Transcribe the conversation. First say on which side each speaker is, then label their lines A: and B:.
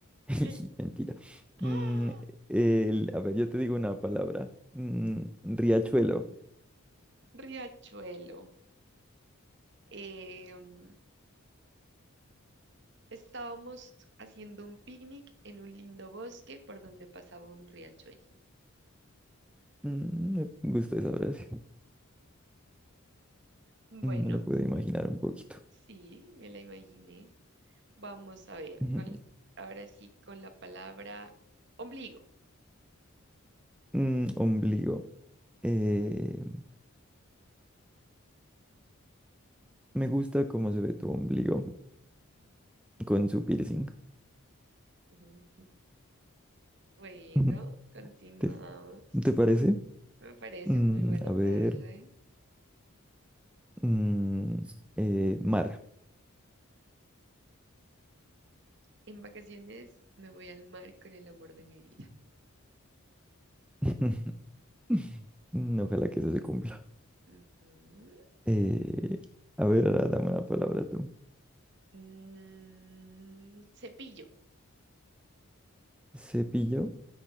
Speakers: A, in the centre; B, on the right.
A: <laughs>
B: eh,
A: Mentira.
B: <gasps>
A: Mm,
B: ¡ah!
A: el- a ver, yo te digo una palabra. Mm, riachuelo.
B: Riachuelo. Eh, mm, estábamos haciendo un picnic en un lindo bosque por donde pasaba un riachuelo.
A: Mm, me gusta esa frase.
B: Bueno,
A: Mm, me lo puedo imaginar un poquito.
B: sí, me la imaginé. Vamos a ver,
A: Ujú.
B: con, ahora sí con la palabra ombligo.
A: Mm, ombligo. Eh, me gusta cómo se ve tu ombligo con su piercing.
B: <laughs> Bueno,
A: Ujú.
B: continuamos.
A: ¿Te, te parece?
B: Me parece
A: Mm,
B: muy buena
A: a ver.
B: frase.
A: Mm, eh, mar.
B: En vacaciones me voy al mar con el amor de mi vida.
A: <laughs> Mm, Ojalá que eso se cumpla.
B: Ujú.
A: Eh, a ver, ahora dame una palabra tú.
B: Mm, cepillo.
A: Cepillo.